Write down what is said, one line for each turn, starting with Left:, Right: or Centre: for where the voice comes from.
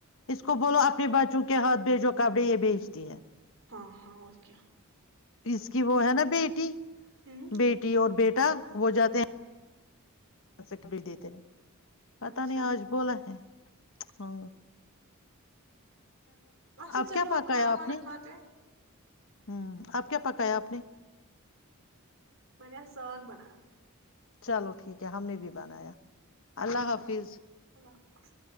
Left: اس کو بولو اپنے بچوں کے ہاتھ بھیجو کپڑے یہ بھیج دی ہے
Right: ہاں ہاں اوکے
Left: اس کی وہ ہے نا بیٹی
Right: ہوں
Left: بیٹی اور بیٹا وہ جاتے ہیں ے خریدیتے ہیں پتا
Right: اچھا
Left: نہیں آج بولا ہے ہ
Right: اچھا
Left: اب
Right: چلو
Left: کیا
Right: آپ کھانا وانا
Left: نے
Right: کھاتے ہیں
Left: ہوں اپ کیا پکایا آپ نے
Right: میں نے آ ساگ بنا
Left: چلو ٹھیک ہے ہم نے بھی بنایا اللہ حافظ
Right: اللہ حافظ